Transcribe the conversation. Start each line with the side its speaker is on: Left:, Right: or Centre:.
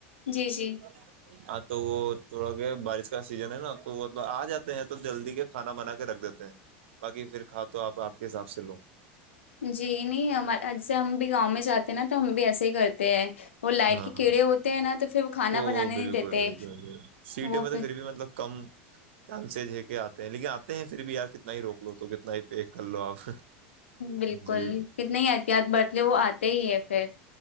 Left: جی جی
Right: <inaudible> ہاں تو وہ تھوڑا کہ بارش کا سیزن ہے نا تو وہب آ جاتے ہیں تو جلدی کے کھانا بنا کے رکھ دیتے ہیں
Left: <inaudible>
Right: باقی پھر کھا تو آپ آپ کے حساب سے لو
Left: جی نہیں ہمار ایسے ہم بھی گاؤں میں جاتے ہیں نا تو ہم بھی ایسے ہی کرتے ہیں وہ لائٹ
Right: ہاں
Left: کے کیڑے
Right: ہاں
Left: ہوتے ہیں نا تو پھر وہ کھانا بنانے
Right: وہ
Left: نہیں
Right: بالکل
Left: دیتے
Right: بالکل سیٹیوں
Left: وہ
Right: میں تو
Left: پھر <inaudible>
Right: بھی مطلب کم چانسز ہے کہ آتے ہیں لیکن آتے ہیں پھر بھی یارک کتنا ہی روک لو تو کتنا ہی پیک کر لو آپ
Left: بالکل
Right: جی
Left: کتنی احتیاط برت لے وہ آتے ہی ہیں پھر